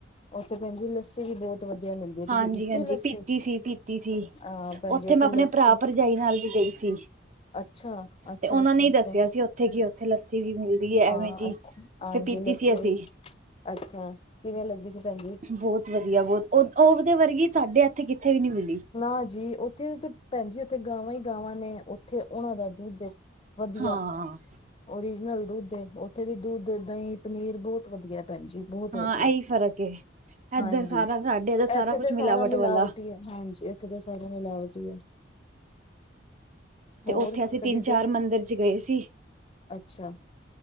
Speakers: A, on the left; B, on the right.
A: ਉਥੇ, ਭੈਣਜੀ ਲੱਸੀ ਵੀ ਬੋ ਵਧੀਆ ਮਿਲਦੀ ਹੈ। ਤੁਸੀ
B: ਹਾਂਜੀ
A: ਪੀਤੀ
B: ਹਾਂਜੀ
A: ਲੱਸੀ
B: ਪੀਤੀ ਸੀ ਪੀਤੀ ਸੀ
A: ਹਾ ਭੈਣ
B: ਉੱਥੇ
A: ਜ ਉਥੇ
B: ਮੈਂ ਆਪਣੇ
A: ਲੱਸੀ
B: ਭਰਾ ਭਰਜਾਈ ਨਾਲ ਵੀ ਗਈ ਸੀ।
A: ਅੱਛਾ ਅੱਛਾ
B: ਤੇ ਉਹਨਾਂ
A: ਅੱਛਾ
B: ਨੇ ਹੀ
A: ਅੱਛਾ
B: ਦੱਸਿਆ ਸੀ, ਉਥੇ ਕੀ ਉਥੇ ਲੱਸੀ ਵੀ ਮਿਲਦੀ ਹੈ।
A: ਹਾਂ
B: ਐਵੇਂ ਜੀ
A: ਹਾਂਜੀ
B: ਫਿਰ ਪੀਤੀ,
A: ਲੱਸੀ
B: ਸੀ ਅਸੀ
A: ਵੀ ਅੱਛਾ, ਕਿਵੇ ਲੱਗੀ ਸੀ- ਭੈਣ ਜੀ
B: ਬਹੁਤ ਵਧੀਆ, ਬਹੁਤ ਉਹ ਉਹਦੇ ਵਰਗੀ ਸਾਡੇ ਐਥੇ ਕਿਥੇ ਵੀ ਨੀ ਮਿਲੀ
A: ਨਾ ਜੀ, ਉਥੇ ਤੇ ਭੈਣ ਜੀ, ਉਥੇ ਗਾਵਾਂ ਹੀ ਗਾਵਾਂ ਨੇ ਤੇ ਉਹਨਾਂ ਦਾ, ਦੁੱਧ ਵਧੀਆ
B: ਹਾਂ
A: ਓਰੀਜਨਲ ਦੁੱਧ, ਉਥੇ ਦਤੇ ਦੁੱਧ ਦਹੀ ਪਨੀਰ ਬਹੁਤ ਵਧੀਆ ਭੈਣ ਜੀ ਬੋਤ
B: ਹਾਂ
A: ਵਦੀਆ
B: ਇਹੀ ਫ਼ਰਕ ਏ ਇੱਧਰ
A: ਹਾਂਜੀ
B: ਸਾਰਾ ਸਾਡੇ ਇੱਧਰ
A: ਐਥੇ
B: ਕੁਛ
A: ਤੇ ਸਾਰਾ
B: ਮਿਲਾਵਟ
A: ਮਿਲਾਵਟੀ
B: ਵਾਲਾ
A: ਐ। ਹਾਂਜੀ ਐਥੇ ਤਾਂ ਸਾਰਾ ਮਿਲਾਵਟੀ ਐ।
B: ਤੇ
A: ਹੋਰ
B: ਓਥੇ ਅਸੀ
A: ਕਦੀ
B: ਤਿੰਨ
A: ਗਏ
B: ਚਾਰ ਮੰਦਿਰ ਚ ਗਏ ਸੀ।
A: ਅੱਛਾ।